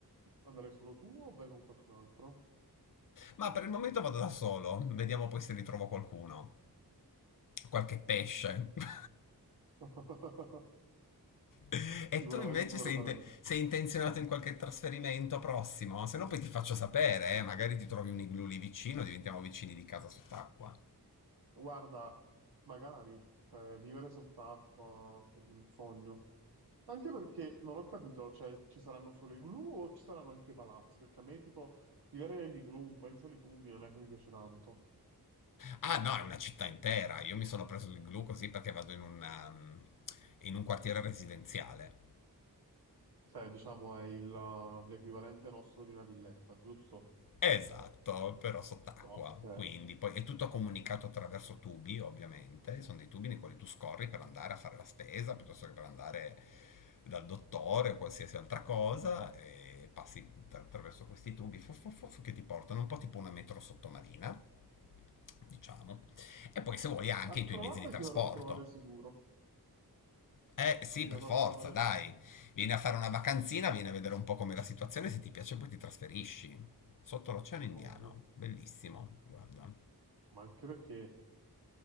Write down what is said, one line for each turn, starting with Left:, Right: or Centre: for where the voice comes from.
Right: andrai solo tu o vai con qualcun altro?
Left: Ma per il momento vado da solo, vediamo poi se ritrovo qualcuno. Qualche pesce. <laughs>
Right: <laughs>
Left: <laughs> E
Right: Sicuramente
Left: tu invece
Right: dovrei
Left: sei,
Right: fare
Left: inte-
Right: amicizia.
Left: sei intenzionato in qualche trasferimento prossimo? Se no poi ti faccio sapere, eh, magari ti trovi un igloo lì vicino, diventiamo vicini di casa sott'acqua.
Right: Guarda, magari eh, vivere sott'acqua sarebbe un sogno. Anche perché non ho capito, cioè ci saranno solo i igloo o ci saranno anche i palazzi? Perché a me tipo vivere negli igloo un po' in solitudine non è che mi piace tanto.
Left: Ah no, è una città intera, io mi sono preso l'igloo così perché vado in un, um, in un quartiere residenziale.
Right: Cioè, diciamo è il, uh, l'equivalente nostro di una villetta, giusto?
Left: Esatto, però sott'acqua,
Right: Ok.
Left: quindi poi è tutto comunicato attraverso tubi, ovviamente, sono dei tubi nei quali tu scorri per andare a fare la spesa, piuttosto che per andare dal dottore o qualsiasi altra cosa, e passi tra- attraverso questi tubi fu- fu- fu- fu- che ti portano un po' tipo una metro sottomarina, diciamo, e poi se vuoi anche
Right: A
Left: i tuoi
Right: trovare
Left: mezzi di trasporto.
Right: ti verrò a trovare sicuro.
Left: Eh sì,
Right: Ti
Left: per
Right: verrò
Left: forza,
Right: a trovare
Left: dai. Vieni a fare una vacanzina, vieni a vedere un po' com'è la situazione, se ti piace poi ti trasferisci. Sotto l'Oceano Indiano,
Right: ovvio,
Left: bellissimo, guarda.
Right: ma anche perché